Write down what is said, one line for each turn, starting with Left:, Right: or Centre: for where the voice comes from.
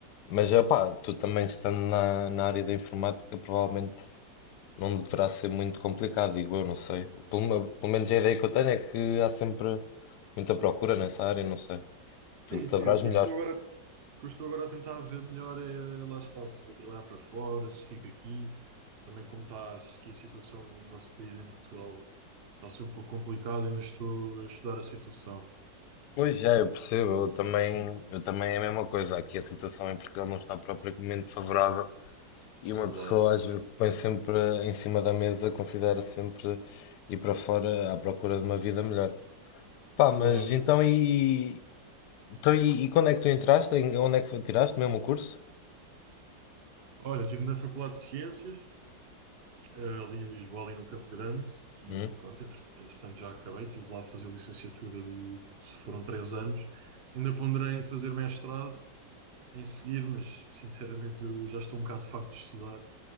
Left: Mas, opá, tu também estando na, na área da informática, provavelmente Não deverá ser muito complicado, digo eu, não sei. Pelo, me- pelo menos a ideia que eu tenho é que há sempre muita procura nessa área, não sei. Tu
Right: Sim,
Left: saberás
Right: sim, o que
Left: melhor.
Right: eu estou agora O que eu estou agora a tentar ver melhor é lá está, se vou trabalhar para fora, se fico aqui, também como está aqui a situação no nosso país em Portugal, está a ser um pouco complicado, e ainda estou a estudar a situação.
Left: Pois já, eu percebo, eu também, eu também é a mesma coisa. Aqui a situação em Portugal não está propriamente favorável e uma
Right: Claro.
Left: pessoa às vezes põe sempre em cima da mesa, considera sempre ir para fora à procura de uma vida melhor. Pá,
Right: Claro,
Left: mas então
Right: exato.
Left: e, então, e, e quando é que tu entraste? Em- Onde é que foi- tiraste mesmo o curso?
Right: Olha, eu estive na Faculdade de Ciências, eh, ali em Lisboa, ali no Campo Grande, e
Left: Hum?
Right: pronto, entre- entretanto já acabei, estive lá a fazer licenciatura, de, se foram três anos. Ainda ponderei em fazer mestrado em seguir, mas sinceramente eu já estou um bocado farto de estudar